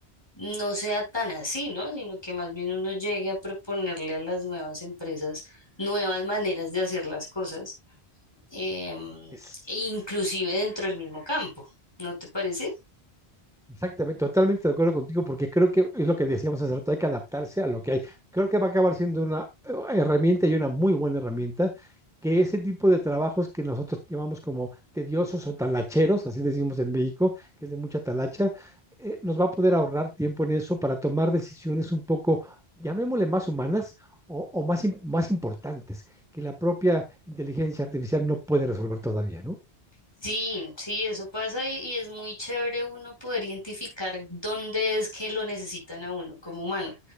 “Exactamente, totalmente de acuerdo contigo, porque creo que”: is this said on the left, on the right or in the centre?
Centre